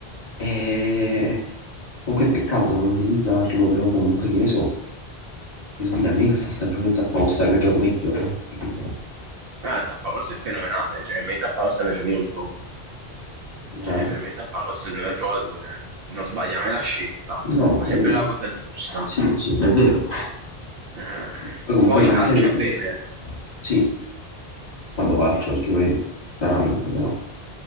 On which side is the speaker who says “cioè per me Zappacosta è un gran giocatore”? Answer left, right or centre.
Right